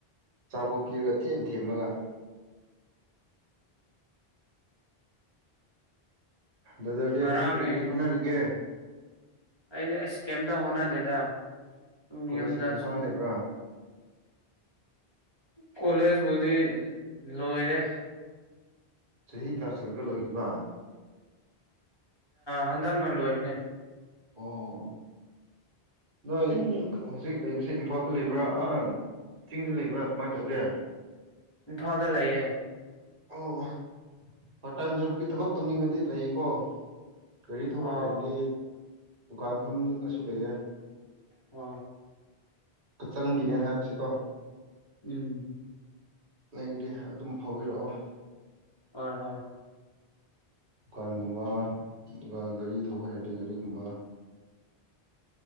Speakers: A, on the right (about 60°); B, on the left (about 30°).
A: ꯑꯆꯥꯄꯣꯠ ꯄꯤꯔꯒ ꯊꯦꯝ ꯊꯦꯝꯃꯒ ꯕꯔ꯭ꯗꯔꯗꯤ
B: ꯉꯔꯥꯡ
A: ꯍꯧꯖꯤꯛ ꯀꯔꯤ
B: ꯌꯦꯡꯉꯦ
A: ꯀꯔꯤ ꯍꯣꯠꯅꯔꯤꯒꯦ
B: ꯑꯩꯗꯤ ꯑꯁ ꯀꯩꯝꯇ ꯍꯣꯠꯅꯗꯦꯗ ꯁꯨꯝ
A: ꯀꯣꯂꯦꯖ
B: ꯌꯨꯝꯗ
A: ꯑꯗꯨꯝ
B: ꯁꯨꯝ
A: ꯀꯥꯔ ꯂꯩꯕ꯭ꯔꯥ
B: ꯀꯣꯂꯦꯖꯕꯨꯗꯤ ꯂꯣꯏꯔꯦ
A: ꯆꯍꯤ ꯀꯌꯥ ꯁꯨꯔꯒꯦ ꯂꯣꯏꯈꯤꯕ
B: ꯍꯟꯗꯛꯅ ꯂꯣꯏꯕꯅꯦ
A: ꯑꯣ ꯅꯣꯏ
B: ꯎꯝ.
A: ꯍꯧꯖꯤꯛ ꯂꯩꯕꯁꯦ ꯁꯤ ꯏꯝꯐꯥꯜꯗ ꯂꯩꯕ꯭ꯔꯥ ꯆꯤꯡꯗ ꯂꯩꯕ꯭ꯔꯥ ꯀꯃꯥꯏꯅ ꯇꯧꯒꯦ
B: ꯏꯝꯐꯥꯗ ꯂꯩꯌꯦ
A: ꯑꯣ ꯄꯥꯔꯠ ꯇꯥꯏꯝ ꯖꯣꯕꯀꯤ ꯊꯕꯛ ꯇꯧꯅꯤꯡꯉꯗꯤ ꯂꯩꯀꯣ ꯒꯥꯔꯤ ꯊꯧꯕ
B: ꯑꯣ
A: ꯍꯥꯏꯔꯗꯤ ꯗꯨꯀꯥꯟ ꯐꯝꯅꯤꯡꯉꯁꯨ ꯂꯩꯌꯦ
B: ꯑ
A: ꯆꯪꯒꯤꯅꯦ ꯍꯥꯏꯕꯁꯤ ꯀꯣ
B: ꯎꯝ
A: ꯂꯩꯗꯤ ꯑꯗꯨꯝ ꯐꯥꯎꯕꯤꯔꯛꯑꯣ
B: ꯍꯣꯏ ꯍꯣꯏ
A: ꯗꯨꯀꯥꯟꯒꯨꯝꯕ ꯑꯗꯨꯒ ꯒꯥꯔꯤ ꯊꯧꯕ ꯍꯥꯏꯔꯗꯤ ꯒꯥꯔꯤꯒꯨꯝꯕ